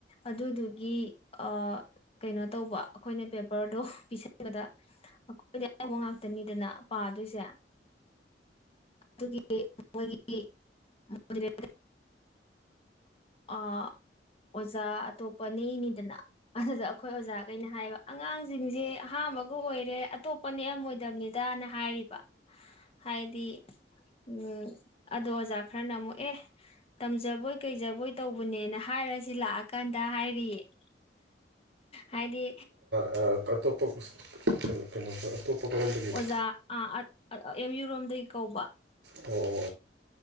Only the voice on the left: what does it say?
ꯑꯗꯨꯗꯨꯒꯤ ꯑꯥ ꯀꯩꯅꯣ ꯇꯧꯕ ꯑꯩꯈꯣꯏꯅ ꯄꯦꯄꯔꯗꯣ ꯄꯤꯁꯟꯕꯗ ꯑꯩꯈꯣꯏꯗꯤ ꯑꯑꯧꯕ ꯉꯥꯛꯇꯅꯤꯗꯅ ꯄꯥꯗꯣꯏꯁꯦ꯫ ꯑꯗꯨꯒꯤ ꯃꯣꯏꯒꯤ <unintelligible> ꯑꯥ ꯑꯣꯖꯥ ꯑꯇꯣꯞꯄ ꯅꯦꯛꯏꯅꯤꯗꯅ ꯑꯗꯨꯗꯣ ꯑꯈꯣꯏ ꯑꯣꯖꯥꯒꯩꯅ ꯍꯥꯏꯕ ꯑꯉꯥꯡꯖꯤꯡꯖꯦ ꯑꯍꯥꯥꯟꯕꯒ ꯑꯣꯏꯔꯦ ꯑꯇꯣꯞ ꯄꯅꯦ ꯌꯥꯝ ꯑꯣꯏꯗꯝꯅꯤꯗꯅ ꯍꯥꯏꯔꯤꯕ ꯍꯥꯏꯗꯤ ꯎꯝ ꯑꯗꯣ ꯑꯣꯖꯥ ꯈꯔꯅ ꯑꯃꯨꯛ ꯑꯦ ꯇꯝꯖꯕꯣꯏ ꯀꯩꯖꯕꯣꯏ ꯇꯧꯕꯅꯦꯅ ꯍꯥꯏꯔꯁꯤ ꯂꯥꯛꯑꯀꯥꯟꯗ ꯍꯥꯏꯔꯤꯌꯦ ꯍꯥꯏꯗꯤ
ꯑꯣꯖꯥ ꯑꯥ ꯑꯦꯝ ꯌꯨ ꯔꯣꯝꯗꯒꯤ ꯀꯧꯕ